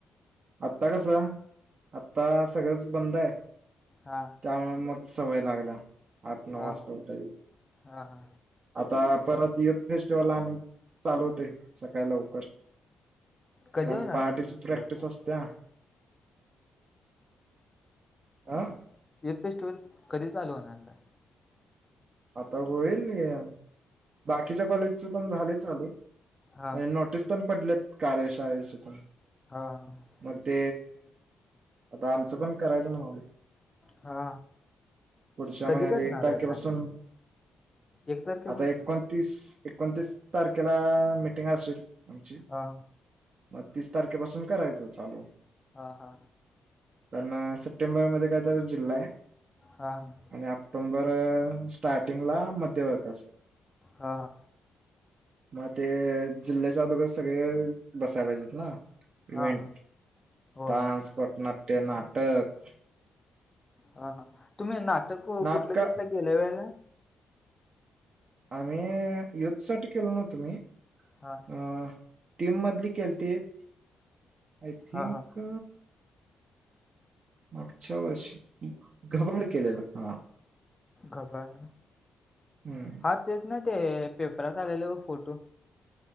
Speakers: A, on the right; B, on the left.
A: आता कसं आता सगळंच बंद आहे.
B: हा.
A: त्यामुळे मग सवय लागल्या आठ नऊ
B: हा
A: वाजता
B: हा
A: उठायची.
B: हा हा
A: आता परत युथ फेस्टिवल आणि चालू होते सकाळी लवकर
B: कधी
A: कारण
B: होणार
A: पहाटेची
B: युथ फेस्टिवल
A: प्रॅक्टिस
B: चालू
A: असत्या आं
B: युथ फेस्टिवल कधी चालू होणार काय?
A: आता होईल या बाकीच्या कॉलेजच पण झाले चालू.
B: हा
A: म्हणजे नोटीस पण पडलेत कार्यशाळेच्या इथून.
B: हा हा.
A: मग ते आता आमचं पण करायचं माले.
B: हा
A: पुढच्या
B: कधी
A: महिन्यात
B: करणार
A: एक तारखेपासून
B: आहे काय एक तारखेपासून
A: आता एकोणतीस एकोणतीस तारखेला मीटिंग असेल आमची.
B: हा.
A: मग तीस तारखेपासून करायचं चालू.
B: हा हा.
A: पण सप्टेंबरमध्ये काय तर जिल्हा आहे.
B: हा हा.
A: आणि ऑक्टोंबर स्टार्टिंगला मध्यवर्त असत.
B: हा हा.
A: मग ते जिल्ह्याच्या अदोगय सगळे बसायला पाहिजेत ना. इंव्हेंट,
B: हा हा होय
A: डान्स, पटनाट्य, नाटक.
B: हा हा तुम्ही नाटक कु
A: नाटक
B: कुठलं केलं गेल्या वेळेला?
A: आम्ही युथ साठी केलो नव्हतं मी
B: हा.
A: अ टीम मधली केलतेत आय थिंक
B: हा हा
A: मागच्या वर्षी घबाड केलेला हा.
B: घबार
A: हम्म
B: हा तेच ना ते हे पेपरात आलेले हो फोटो.